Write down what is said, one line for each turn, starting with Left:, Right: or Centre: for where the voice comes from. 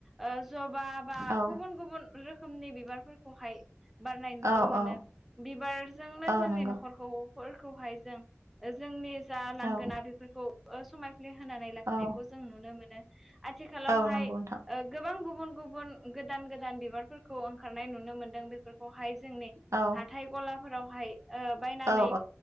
Centre: ओ जबा बा
Right: औ
Centre: गुबुन गुबुन रोखोमनि बिबार फोरखौहाय बारनाय नुनो
Right: औ
Centre: मोनो
Right: औ
Centre: बिबारजोंनो
Right: औ
Centre: जोंनि
Right: नंगौ
Centre: न'खरखौफोरखौहाय जों जोंनि जा लांगोना
Right: औ
Centre: बेफोरखौ समायफ्ले होनानै लाखिनायखौ
Right: औ
Centre: जों नुनो मोनो। आथिखालावहाय
Right: औ नंगौ नोंथां
Centre: ओ गोबां गुबुन गुबुन गोदान गोदान बिबारफोरखौ ओंखारनाय नुनो मोनदों। बेफोरखौहाय जोंनि
Right: औ
Centre: हाथाय गलाफोरावहाय ओ बायनानै
Right: औ